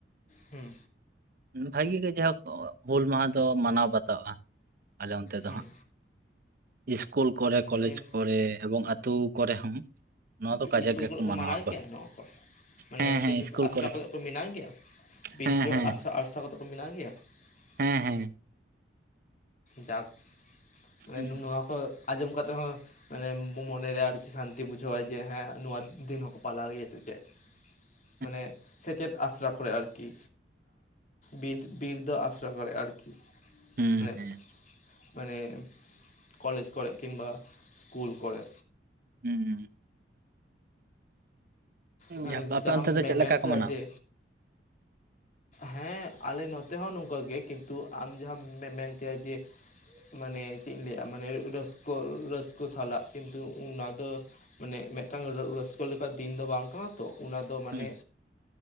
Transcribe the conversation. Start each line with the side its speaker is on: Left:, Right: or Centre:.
Left: ᱦᱩᱸ
Right: ᱵᱷᱟᱹᱜᱤ ᱜᱮ ᱡᱟᱭᱦᱳᱠ ᱦᱩᱹᱞ ᱢᱟᱦᱟ ᱫᱚ ᱢᱟᱱᱟᱣ ᱵᱟᱛᱟᱜᱟ ᱟᱞᱮ ᱚᱱᱛᱮ ᱫᱚ
Left: ᱦᱩᱸ
Right: ᱦᱟᱸᱜ ᱤᱥᱠᱩᱞ ᱠᱚᱨᱮ ᱠᱚᱞᱮᱡᱽ
Left: ᱠᱤᱱᱛᱩ
Right: ᱠᱚᱨᱮ ᱮᱵᱚᱝ ᱟᱛᱳ ᱠᱚᱨᱮ ᱦᱚᱸ ᱱᱚᱣᱟ ᱫᱚ ᱠᱟᱡᱟᱠ
Left: ᱤᱥᱩᱞ
Right: ᱜᱮᱠᱚ
Left: ᱠᱚᱨᱮ ᱠᱚ ᱢᱟᱱᱟᱣ
Right: ᱟᱠᱚ
Left: ᱜᱮᱭᱟ ᱱᱚᱣᱟ ᱠᱚ ᱢᱟᱱᱮ
Right: ᱦᱮᱸ
Left: ᱥᱮᱪᱮᱫ
Right: ᱦᱮᱸ ᱤᱥᱠᱩᱞ
Left: ᱟᱥᱲᱟ
Right: ᱠᱚᱨᱮ
Left: ᱠᱚᱨᱮᱜ ᱠᱚ ᱢᱮᱱᱟᱣ ᱜᱮᱭᱟ ᱵᱤᱫᱨᱚ
Right: ᱦᱮᱸ ᱦᱮᱸ
Left: ᱟᱥᱟᱲᱟ ᱯᱟᱨᱥᱟ ᱠᱟᱛᱮᱫ ᱠᱚ ᱢᱮᱱᱟᱜ ᱜᱮᱭᱟ
Right: ᱦᱮᱸ
Left: ᱚ
Right: ᱦᱮᱸ
Left: ᱡᱟᱠ ᱢᱟᱱᱮ
Right: ᱦᱮᱸ
Left: ᱱᱚᱣᱟ ᱠᱚ ᱟᱸᱡᱚᱢ ᱠᱟᱛᱮ ᱦᱚᱸ ᱢᱟᱱᱮ ᱢᱚ ᱢᱚᱱᱮᱨᱮ ᱟᱨᱠᱤ ᱥᱟᱱᱛᱤ ᱵᱩᱡᱷᱟᱹᱣᱟᱭ ᱡᱮ ᱦᱮᱸ ᱱᱚᱣᱟ ᱫᱤᱱ ᱦᱚᱸᱠᱚ ᱯᱟᱞᱟᱣ ᱜᱮᱭᱟ ᱥᱮ ᱪᱮᱫ
Right: <inaudible>
Left: ᱢᱟᱱᱮ ᱥᱮᱪᱮᱫ ᱟᱥᱲᱟ ᱠᱚᱨᱮ ᱟᱨᱠᱤ ᱵᱤᱨ ᱵᱤᱨᱫᱟᱹ ᱟᱥᱲᱟ ᱠᱚᱨᱮ ᱟᱨᱠᱤ
Right: ᱦᱮᱸ
Left: ᱢᱟᱱᱮ
Right: ᱦᱮᱸ ᱦᱮᱸ
Left: ᱢᱟᱱᱮ ᱠᱚᱞᱮᱡᱽ ᱠᱚᱨᱮᱜ ᱠᱤᱱᱵᱟ ᱤᱥᱠᱩᱞ ᱠᱚᱨᱮ
Right: ᱦᱩᱸ
Left: ᱦᱩᱸ
Right: ᱡᱟᱠ ᱟᱯᱮ
Left: ᱡᱟᱦᱟᱢ
Right: ᱚᱱᱛᱮ ᱫᱚ
Left: ᱢᱮᱱᱢ
Right: ᱪᱮᱫ ᱞᱮᱠᱟ
Left: ᱠᱮᱫᱟᱼᱟ
Right: ᱠᱚ ᱢᱟᱱᱟᱣᱟ?
Left: ᱡᱮ ᱦᱮᱸ ᱟᱞᱮ ᱱᱚᱛᱮ ᱦᱚᱸ ᱱᱚᱝᱠᱟ ᱜᱮ ᱠᱤᱱᱛᱩ ᱟᱢ ᱡᱟᱦᱟᱢ ᱢᱮᱱ ᱠᱮᱜᱟ ᱡᱮ ᱢᱟᱱᱮ ᱪᱮᱫ ᱤᱧ ᱞᱟᱹᱭᱼᱟ ᱢᱟᱱᱮ ᱨᱟᱹᱥᱠᱟᱹ ᱨᱟᱹᱥᱠᱟᱹ ᱥᱟᱞᱟᱜ ᱠᱤᱱᱛᱩ ᱚᱱᱟ ᱫᱚ ᱢᱟᱱᱮ ᱢᱮᱫ ᱴᱟᱱ ᱨᱟᱹᱥᱠᱟᱹ ᱞᱮᱠᱟᱱ ᱫᱤᱱ ᱫᱚ ᱵᱟᱝ ᱠᱟᱱᱟ ᱛᱚ ᱚᱱᱟ ᱫᱚ ᱢᱟᱱᱮ
Right: ᱦᱩᱸ